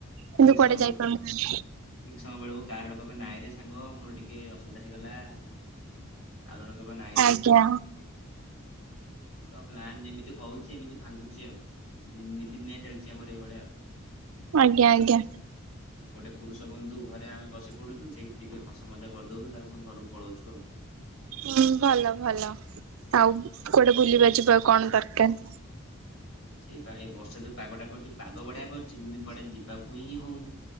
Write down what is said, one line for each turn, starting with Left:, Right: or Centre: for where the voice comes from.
Right: କିନ୍ତୁ
Left: ଠିକ
Right: କୁଆଡେ
Left: ସମୟ
Right: ଯାଇପାରୁନ
Left: ଠିକ ସମୟବେଳକୁ କାର କହେ ନାଇଁ ରେ ସାଙ୍ଗ ମୋର ଟିକେ ଅସୁବିଧା ହେଇଗଲା। ଆଉ ଜଣେ କହିବ ନାହିଁରେ
Right: ଜ୍ଞା।
Left: ହ। ତ ପ୍ଲାନ୍ ଏମିତି ହଉଛି ଏମିତି ଭାଙ୍ଗୁଛି ଆଉ ନି ନିତିଦିନିଆ ଚାଲିଛି ଆମର ଏଇଭଳିଆ ଆଉ।
Right: ଆଜ୍ଞା ଆଜ୍ଞା।
Left: ଗୋଟେ ପୁରୁଷ ବନ୍ଧୁ ଘରେ ଆମେ ବସି ପଡୁଛୁ ସେଇ ଟିକେ ହସ ମଜା କରିଦଉଛୁ ତାର ପୁଣି ଘରକୁ ପଳଉଛୁ ଆଉ।
Right: ହୁଁ ଭଲ ଭଲ ଆଉ କୁଆଡେ ବୁଲିବା ଯିବା ଆଉ କଣ ଦରକାର।
Left: ସେଇପା ଏଇ ବର୍ଷା ଯୋଉ ପାଗଟା କରିଛି ପାଗ ବଢିଆ କରିଛି ଏଇି କୁଆଡେ ଯିବାକୁ ହିଁ ହଉନି।